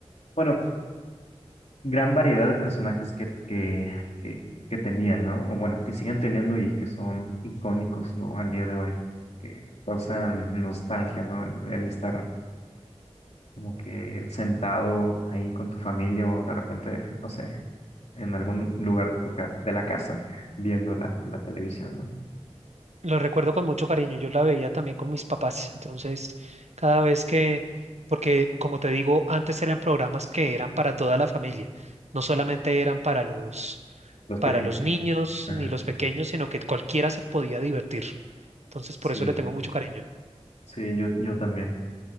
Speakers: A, on the left; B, on the right.
A: bueno gran variedad de personajes que, que, que, que tenían, ¿no? O bueno, que siguen teniendo y que son icónicos, ¿no? Al día de hoy, que causan nostalgia, ¿no? El, el estar como que sentado ahí con tu familia o de repente, no sé, en algún lugar de tu casa, de la casa, viendo la, la televisión, ¿no?
B: Lo recuerdo con mucho cariño. Yo la veía también con mis papás. Entonces, cada vez que, porque como te digo, antes eran programas que eran para toda la familia. No solamente eran para los,
A: Los
B: para
A: pequeños.
B: los niños
A: Ajá.
B: ni los pequeños, sino que cualquiera se podía divertir. Entonces,
A: Sí,
B: por eso le tengo mucho cariño.
A: sí, yo, yo también.